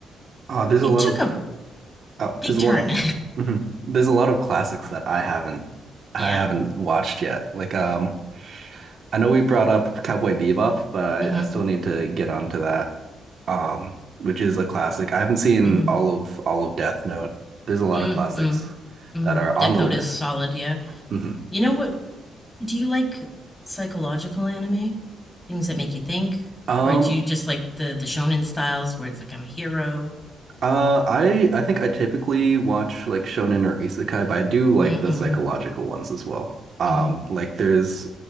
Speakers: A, on the right; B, on the left.
A: Uh, there's
B: It
A: a lot
B: took
A: of
B: a
A: Oh,
B: big
A: there's a
B: turn.
A: lot. Mhm. There's a lot of classics that I haven't
B: <laughs>
A: I haven't
B: yeah.
A: watched yet. Like um I know we brought up Cowboy Bebop, but
B: Mm-hmm.
A: I, I still need to get onto that. Um, which is a classic. I haven't seen
B: Mm-hmm.
A: all of all of Death Note. There's a lot
B: Mm-hmm.
A: of classics
B: Mm-hmm.
A: that are
B: Death
A: on the
B: Note
A: list.
B: is solid. Yeah.
A: Mhm.
B: You know what? Do you like psychological anime? Things that make you think?
A: Um,
B: Or do you just like the, the shonen styles where it's like, I'm a hero?
A: Uh, I I think I typically watch like shonen or isekai, but I do like
B: Mm-mm.
A: the psychological ones as well. Um,
B: Mm-hmm.
A: like there's